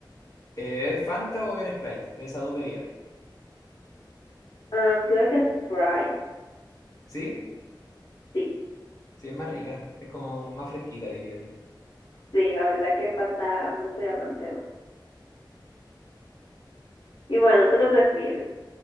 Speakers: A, on the left; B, on the left.
A: Eh, ¿Beber Fanta o beber Sprite? De esas dos bebidas.
B: Um, creo que Sprite,
A: ¿Sí?
B: sí,
A: Sí, es más rica. Es como más fresquita, diría yo.
B: sí, la verdad que Fanta no soy amante, no. Y bueno, ¿tú qué prefieres?